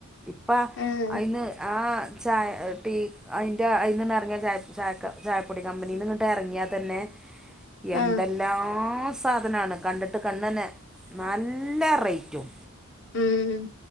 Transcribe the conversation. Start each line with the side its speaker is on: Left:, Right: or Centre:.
Centre: ഇപ്പ
Left: ഏഹ്
Centre: അയിന്ന് ആഹ് ചായ ടീ അയിന്റെ അയിൽ നിന്ന് ഇറങ്ങിയ ചാ ചാകാ ചായപ്പൊടി കമ്പനിൽ നിന്നിട്ട് എറങ്ങിയാൽ തന്നെ എന്തെല്ലാം
Left: ആഹ്
Centre: സാധനണ് കണ്ടിട്ട് കണ്ണനെ നല്ല റേറ്റും
Left: ഉ ഉം